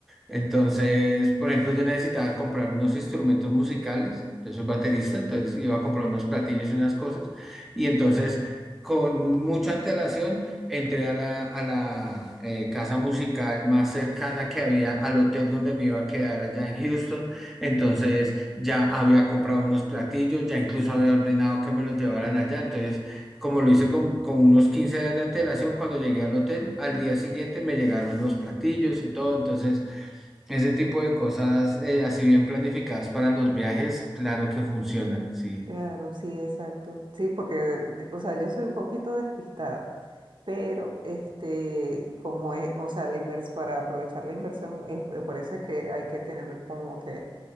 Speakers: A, in the centre; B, on the right (about 60°).
A: entonces, por ejemplo, yo necesitaba comprar unos instrumentos musicales, yo soy baterista, entonces iba a comprar unos platillos y unas cosas, y entonces con mucha antelación entré a la, a la eh, casa musical más cercana que había al hotel donde me iba a quedar allá en Houston, entonces ya había comprado unos platillos, ya incluso había ordenado que me los llevaran allá, entonces... Como lo hice con, con unos 15 días de antelación, cuando llegué al hotel, al día siguiente me llegaron los platillos y todo, entonces ese tipo de cosas, eh, así bien planificadas para los viajes, claro que funcionan, sí.
B: Claro, sí, exacto. Sí, porque, de- de- o sea, yo soy un poquito despistada, pero este, como es, o sea, la invers para aprovechar la inversión, es, por eso es que hay que tener como que